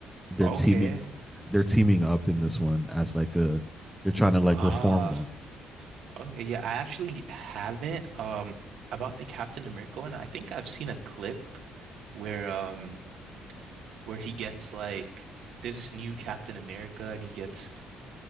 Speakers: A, in the centre; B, on the right.
A: they're
B: Okay.
A: teaming they're teaming up in this one as like a they're trying to like
B: Ah.
A: reform them.
B: Okay, yeah, I actually haven't. Um, about the Captain America one, I think I've seen a clip where um where he gets like there's this new Captain America and he gets